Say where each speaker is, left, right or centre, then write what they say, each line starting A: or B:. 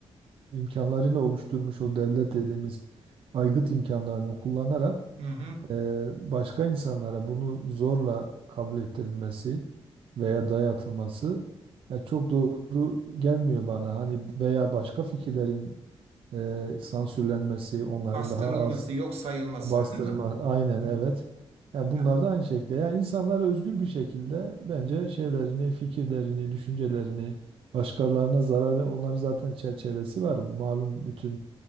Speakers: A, on the right; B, on the right.
A: e, imkanlarıyla oluşturmuş o devlet dediğimiz aygıt imkanlarını kullanarak
B: Hı hı.
A: e, başka insanlara bunu zorla kabul ettirilmesi veya dayatılması ya çok doğru gelmiyor bana. Hani veya başka fikirlerin e, sansürlenmesi, onların
B: Bastırılması,
A: daha az
B: yok sayılması,
A: bastırılma,
B: değil mi?
A: aynen
B: Hı.
A: evet. Yani bunlar
B: Ya,
A: da aynı şekilde. Yani insanlar özgür bir şekilde bence şeylerini, fikirlerini, düşüncelerini başkalarına zarar ve onların zaten çerçevesi var. Malum bütün